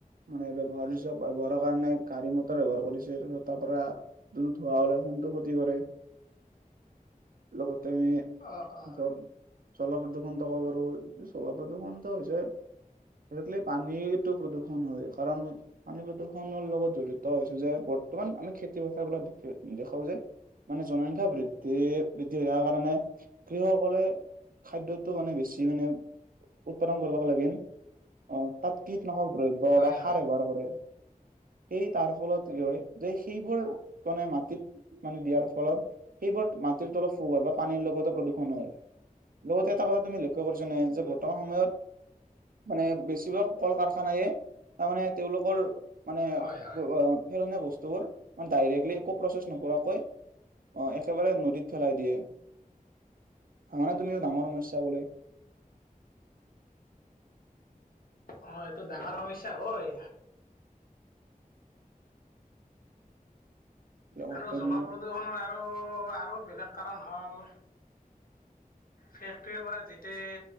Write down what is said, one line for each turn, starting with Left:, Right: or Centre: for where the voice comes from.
Right: মানে ব্যৱহাৰ্য ব্যৱহাৰক কাৰণে গাড়ী মটৰ ব্যৱহাৰ কৰিছে তাৰ পৰা যোনটো ধোঁৱা হ'লে যোনটো ক্ষতি কৰে লগতে আমি
Left: অ অ
Right: জল জল প্ৰদূৰৰ্ষণটো ক'ব বাৰো জল প্ৰদূৰ্ষণটো হৈছে লি পানীটো প্ৰদূৰ্ষণ হয়। কাৰণ পানী প্ৰদূৰ্ষণৰ লগত জড়িত ছো যে বৰ্তমান আমি খেতি পথাৰ গিলাক দেখ দেখাওঁ যে মানে জনসংখ্যা বৃদ্ধি, বৃদ্ধি হোৱাৰ কাৰণে কৃষকসকলে খাদ্যটো মানে বেছি মানে উৎপাদন কৰিব লাগে, অ' তাত কি ট নাসক দ্ৰব্য
Left: হয়
Right: বা সাৰ
Left: হয়
Right: ব্যৱহাৰ কৰে। এই তাৰ ফলত কি হয়, যে সেইবোৰ কাৰণে মাটিত মানে দিয়াৰ ফলত সেইবোৰত মাটিৰ তলত সবৰ বা পানীৰ লগতে প্ৰদূষণ হয়। লগতে এটা কথা তুমি লক্ষ্য কৰিছ নে যে বৰ্তমান সময়ত মানে বেছিভাগ ক'ল কাৰখানাইে তাৰমানে তেওঁলোকৰ মানে
Left: হয় হয়
Right: পেলনীয়া বস্তুবোৰ ডাইৰেক্টলি একো প্ৰচেছ নকৰাকৈ অ' একেবাৰে নদীত পেলাই দিয়ে। ভাবানে তুমি এইটো ডাঙৰ সমস্যা বুলি?
Left: অ' এইটো ডাঙৰ সমস্যা হয়।
Right: লগতে
Left: আৰু জলপ্ৰদূৰ্ষণৰ
Right: আমি
Left: আৰু আৰু বেলেগ কাৰণ হ'ল ফেক্টৰীৰ পৰা যেতিয়া